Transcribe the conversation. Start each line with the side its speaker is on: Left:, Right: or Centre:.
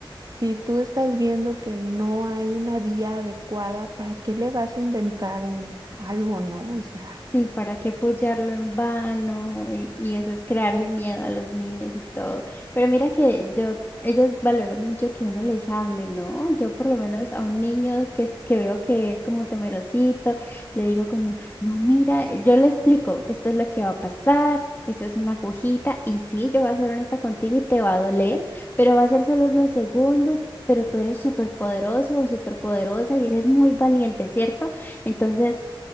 Right: si tú estás viendo que no hay una vía adecuada, ¿para qué le vas a inventar un algo, no? O sea.
Left: Sí, ¿para qué apoyarlo en vano? Y, y eso es crearle miedo a los niños y todo. Pero mira que yo, ellos valoran mucho que uno les hable, ¿no? Yo por lo menos a un niño que, es- que veo que es como temerosito, le digo como, no, mira, eh, yo le explico, esto es lo que va a pasar, esto es una agujita, y sí, yo voy a ser honesta contigo y te va a doler, pero va a ser solo unos segundos, pero tú eres súper poderoso o súper poderosa y eres muy valiente, ¿cierto? Entonces...